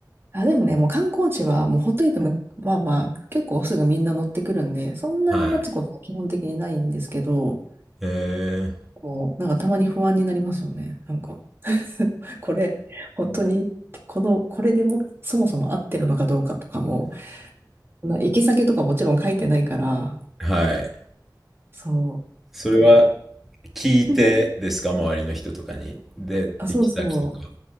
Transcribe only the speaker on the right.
あ、でもね、もう観光地はもうほっといても、まあまあ、結構すぐみんな乗ってくるんで、そんなに待つことは基本的にないんですけど、
もう、なんかたまに不安になりますよね。なんか <laughs> これ、本当に、この、これでも、そもそも合ってるのかどうかとかも、そんな行き先とかもちろん書いてないから、
そ
う。うん
<laughs> あ、
そうそう。